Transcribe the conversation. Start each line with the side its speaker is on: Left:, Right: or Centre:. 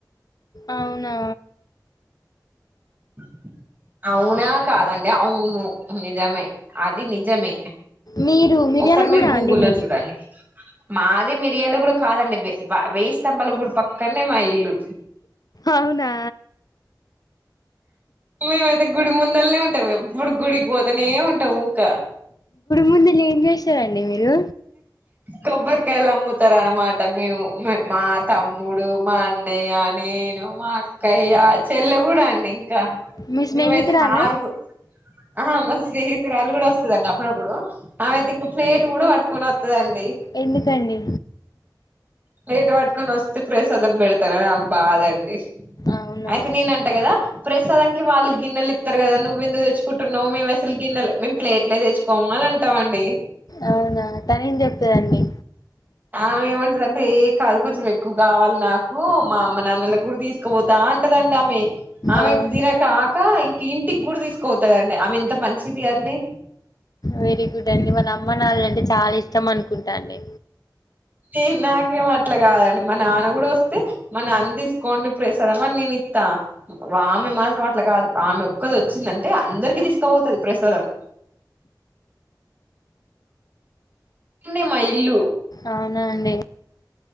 Left: అవునా
Right: <inaudible> అవునా కాదండి అవును నిజమే అది నిజమే
Left: మీరు మిర్యాల
Right: ఒకసారి
Left: గూడ
Right: మీరు గూగుల్లో
Left: అండి మీది
Right: చూడండి మాది మిర్యాలగుడా కాదండి వేయి స్తంభాల గుడి పక్క అక్కనే మా ఇల్లు
Left: అవునా
Right: మేమైతే గుడి ముందల్నే <unintelligible> టాం ఎప్పుడూ గుడికి పోతానే ఉంటాం ఊక
Left: మీరు మళ్ళీ ఏం చేశారండి మీరు
Right: కొబ్బరికాయలు అమ్ముతారు అనమాట మేము మా తమ్ముడు మా అన్నయ్య నేను మా అక్కయ చెల్లె కూడా అండి ఇంకా కా
Left: మీ స్నేహితురాలు
Right: మేమైతే హార్గు ఆహా మా స్నేహితురాలు కూడా వస్ త్తదండి అప్పుడప్పుడు ఆమైతే ఇంగ ప్లేట్ కూడా పట్కొని వస్తుందండి
Left: ఎందుకండి
Right: ప్లేట్ పట్టుకొని వస్తే ప్రసాదం పెడతారని ఆమె బాదండి
Left: అవునా
Right: అయితే నేను అంటా కదా ప్రసాదానికి వాళ్ళు గిన్నెలు ఇత్తారు కదా నువ్వు నువ్వు ఎందుకు తెచ్చుకుంటున్నావు మేము అసలు గిన్నెలు మేము ప్లేట్లే తెచ్చుకోము అని అంటాం అండి
Left: అవునా తనేం చెప్తదండి
Right: ఆమె ఏమంటది అంటే ఏ కాదు కొంచెం ఎక్కువ కావాలి నాకు మా అమ్మ నాన్నలకు కూడా తీసుకుపోతా అన్ అంటదండి ఆమె ఆమెకి
Left: అవును
Right: తిన కాక ఇంక ఇంటికి కూడా తీసుకపోతాదన్ డి ఆమె ఇంత మంచిది అండి
Left: వెరీ గుడ్ అండి వాళ్ళ అమ్మ నాన్నలంటే చాలా ఇష్టం అనుకుంటాండి
Right: తీ నాకేం అట్లా కాదండి మా నాన్న కూడా వస్తే మ నాన్న తీసుకోండి ప్రసాదము అని నేను ఇత్ త్త ఆమె మాత్రం అట్ల కాదు ఆమె ఒక్కది వచ్చిందంటే అందరికి తీసుకుపోతది ప్రసాదం ఈన్నే మా ఇల్లు
Left: అవునా అండి